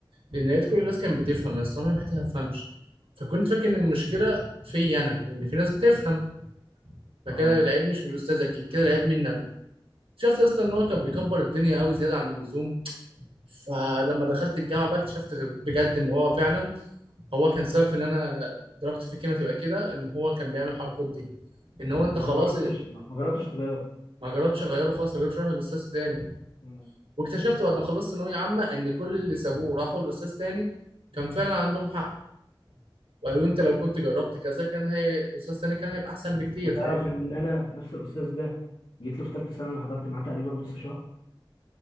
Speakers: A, on the right; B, on the left.
A: لان لقيت كل الناس كانت بتفهم يا اسطى انا لحقت ما افهمش فكنت فاكر ان المشكله فيا انا لان في ناس بتفهم فكده
B: اه
A: العيب مش من الاستاذ اكيد كده العيب مني انا شفت يا اسطى ان هو كان بيكبر الدنيا قوي زياده عن اللزوم فلما دخلت الجامعه بقى اكتشفت غير- بجد ان هو فعلا هو كان سبب في ان انا ضربت في الكيمياء تبقى كده ان هو كان بيعمل الحركات دي ان هو انت
B: وانت
A: خلاص
B: ما جربتش ما ما جربتش تغيره
A: ما جربتش اغيره خلاص ما جربتش اروح لاستاذ تاني
B: مم.
A: واكتشفت بعد ما خلصت ثانويه عامه ان كل اللي سابوه راحوا لاستاذ تاني كان فعلا عندهم حق وقالوا انت لو كنت جربت كذا كان هي استاذ تاني كان هيبقى احسن بكتير
B: انت تعرف
A: فاهم
B: ان انا نفس الاستاذ ده جيت له في ثالثه سنه انا حضرت معاه تقريبا نص شهر